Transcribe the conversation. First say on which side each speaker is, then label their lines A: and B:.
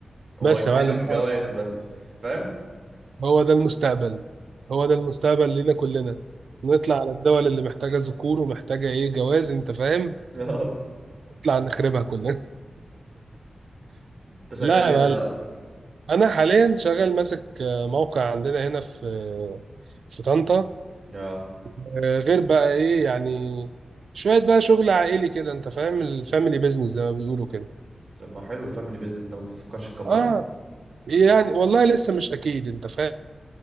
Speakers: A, on the right; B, on the right.
A: هو
B: بس
A: يسهل
B: يا معلم
A: لك الجواز بس فاهم
B: هو ده المستقبل هو ده المستقبل لينا كلنا نطلع على الدول اللي محتاجة ذكور ومحتاجة ايه جواز انت فاهم
A: <laughs> اه
B: ونطلع نخربها كلنا <laughs>
A: انت شغال
B: لا يا
A: ايه
B: معلم
A: دلوقتي
B: انا حاليا شغال ماسك آه، موقع عندنا هنا في في طنطا
A: اه
B: آه، غير بقى ايه يعني شوية بقى شغل عائلي كده انت فاهم الفاميلي بيزنس زي ما بيقولوا كده
A: طب ما حلو الفاميلي بيزنس ده ما بتفكرش تكبره
B: اه يعني والله لسه مش اكيد انت فاهم